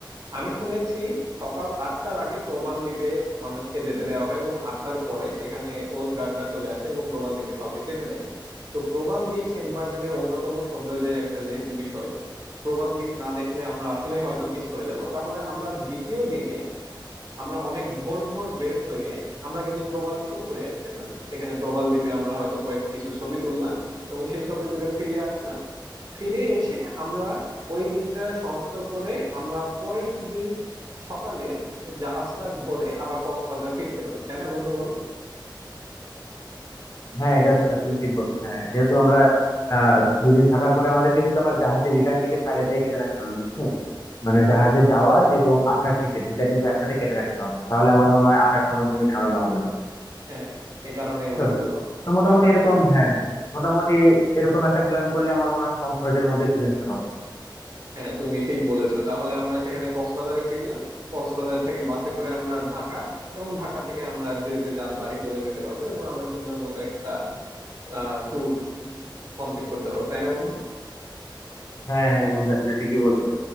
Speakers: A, on the right; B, on the left.
A: আমি শুনেছি সকাল আটটার আগে প্রবাল দ্বীপে মানুষকে যেতে দেওয়া হয় এবং আটটার পরে সেখানে কোস্ট গার্ডরা চলে আসে এবং প্রবাল দ্বীপে কাউকে যেতে দেয় না তো প্রবাল দ্বীপ সেন্ট মার্টিনের অন্যতম সৌন্দর্যের একটা যেহেতু বিষয় প্রবাল দ্বীপ না দেখলে আমরা আসলেই হয়তো মিস করে যাব তাহলে আমরা দ্বিতীয় দিনে আমরা অনেক ভোর ভোর বের হয়ে আমরা কিন্তু প্রবাল দ্বীপও ঘুরে আসতে পারি সেখানে প্রবাল দ্বীপে আমরা হয়তো কয়েক কিছু ছবি তুললাম এবং সেই ছবি তুলে ফিরে আসলাম ফিরে এসে আমরা ওই দিনটা সমাপ্ত করে আমরা পরের দিন সকালের জাহাজটা ধরে আবার কক্সবাজার ফিরতে পারি তাই না বন্ধু বলো
B: হ্যাঁ এটা তুমি ঠিক বলছো হ্যাঁ যেহেতু আমরা আহ দুদিন থাকার পরে আমাদেরকে কিন্তু আবার জাহাজে রিটার্ন টিকিট আগে থেকে কেটে রাখতে হবে বুঝছো মানে জাহাজে যাওয়ার এবং আসার টিকিট দুটা কিন্তু একসাথে কেটে রাখতে হবে তাহলে আমার মনে হয় আসার সময় কোনো ঝামেলা হবে না
A: হ্যাঁ এই কারণে
B: বুঝছো
A: আমি বললাম
B: তো মোটামুটি
A: তাহলে
B: এরকম হ্যাঁ মোটামুটি এরকম একটা প্ল্যান করলে আমার মনে হয় কম খরচের মধ্যে ঘুরে আসতে পারবো
A: হ্যাঁ তুমি ঠিক বলেছো তাহলে আমরা সেখানে কক্সবাজারে ফিরলাম কক্সবাজার থেকে বাসে করে আমরা ঢাকা এবং ঢাকা থেকে আমরা যে যে যার বাড়ি চলে যেতে পারবো এবং আমরা সুন্দর মতো একটা আহ ট্যুর কমপ্লিট করতে পারবো তাই না বন্ধু
B: হ্যাঁ হ্যাঁ বন্ধু আসলে ঠিকই বলছো